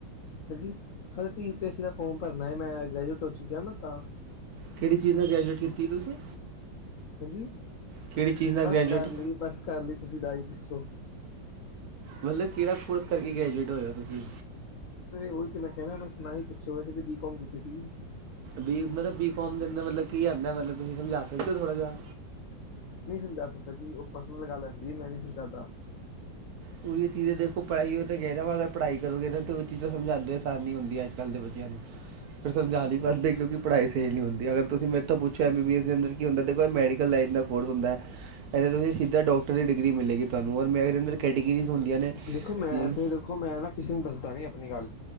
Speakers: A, on the left (about 80°); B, on the right (about 65°).
A: ਹਾਂਜੀ ਹਲੇ ਤਾਂ ਯੂ ਪੀ ਐੱਸੀ ਦਾ ਫੋਮ ਭਰਨਾ ਐ ਮੈਂ <unintelligible> ਗਾ ਤਾਂ
B: ਕੇੜੀ ਚੀਜ਼ ਨਾਲ ਗ੍ਰੈਜੂਏਟ ਕੀਤੀ ਤੁਸੀਂ?
A: ਹੈਂਜੀ?
B: ਕਿਹੜੀ ਚੀਜ਼ ਨਾਲ
A: ਬਸ
B: ਗ੍ਰੈਜੂਏਟ
A: ਕਰ ਲਈ ਬਸ ਕਰ ਲਈ ਤੁਸੀਂ ਨਾ ਈ ਪੁੱਛੋ।
B: ਮਤਲਬ ਕੇੜਾ ਕੋਰਸ ਕਰਕੇ ਗ੍ਰੈਜੂਏਟ ਹੋਏ ਓ ਤੁਸੀਂ?
A: ਓਈ ਤੇ ਮੈਂ ਕੈਣਾ ਨਾ ਈ ਪੁੱਛੋ ਵੈਸੇ ਤੇ ਬੀਕੌਮ ਕੀਤੀ ਸੀਗੀ।
B: ਬੀ ਮਤਲਬ ਬੀਕੌਮ ਦੇਨਾ ਕੀ ਕਰਦਾ ਮਤਲਬ ਤੁਸੀਂ ਸਮਝਾ ਸਕਦੇ ਥੋੜਾ ਜਾ?
A: ਨਈਂ ਸਮਝਾ ਸਕਦਾ ਜੀ ਓ ਪਰਸਨਲ ਗੱਲ ਆਂਦੀ ਮੈਂ ਨੀ ਸਮਝਾਂਦਾ।
B: ਤੁਸੀਂ ਏ ਚੀਜ਼ ਦੇਖੋ। ਪੜਾਈ ਓ ਤਾਂ ਕੈਂਦਾ ਵਾਂ ਅਗਰ ਪੜਾਈ ਕਰੋਗੇ ਤੇ ਓ ਚੀਜ਼ਾਂ ਸਮਝਾਂਦੇ ਆਸਾਨੀ ਹੁੰਦੀ ਆ, ਅੱਜ-ਕੱਲ ਦੇ ਬੱਚੇਆਂ ਨੂੰ ਫਿਰ ਸਮਝਾ ਨੀ ਪਾਂਦੇ ਕਿਉਂਕਿ ਪੜਾਈ ਸਈ ਨਈ ਹੁੰਦੀ ਅਗਰ ਤੁਸੀਂ ਮੇਰੇ ਤੋਂ ਪੁੱਛੋ ਐੱ ਬੀ ਬੀ ਐੱਸ ਦੇ ਅੰਦਰ ਕੀ ਹੁੰਦਾ ਦੇਖੋ ਏ ਮੈਡੀਕਲ ਲਾਈਨ ਕੋਰਸ ਹੁੰਦੈ। ਇੱਥੇ ਤੁਸੀਂ ਸਿੱਦਾ ਡੌਕਟਰੀ ਡਿਗਰੀ ਮਿਲੇਗੀ ਤੁਆਨੂੰ ਔਰ ਮੈਂ ਅੰਦਰ ਕੈਟਗਰੀਜ਼ ਹੁੰਦੀਆਂ ਨੇ।
A: ਦੇਖੋ ਮੈਂ
B: ਜੀ
A: ਤੇ ਦੇਖੋ ਮੈਂ ਨਾ ਕਿਸੇ ਨੂੰ ਦੱਸਦਾ ਨੀ ਆਪਨੀ ਗੱਲ